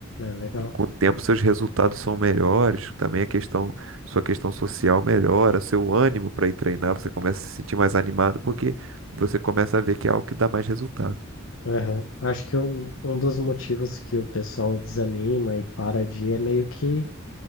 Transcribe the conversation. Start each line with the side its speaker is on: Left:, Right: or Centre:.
Left: É legal.
Right: E com o tempo seus resultados são melhores, também a questão, sua questão social melhora, seu ânimo para ir treinar, você começa a se sentir mais animado, porque você começa a ver que é algo que dá mais resultado.
Left: Aham. Acho que o- um dos motivos que o pessoal desanima e para de ir é meio que,